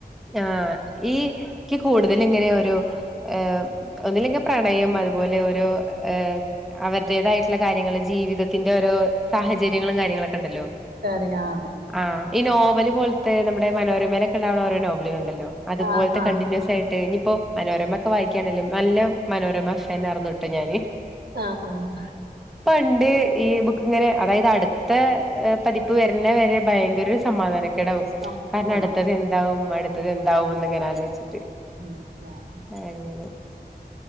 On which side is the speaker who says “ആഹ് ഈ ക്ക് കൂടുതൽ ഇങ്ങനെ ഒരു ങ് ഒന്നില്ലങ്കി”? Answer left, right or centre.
Centre